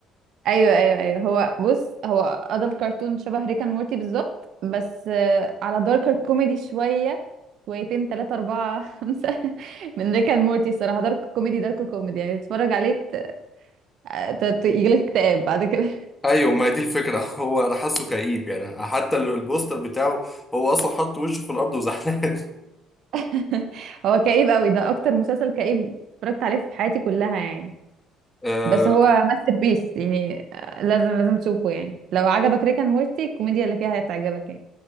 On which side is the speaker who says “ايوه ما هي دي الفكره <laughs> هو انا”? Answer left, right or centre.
Left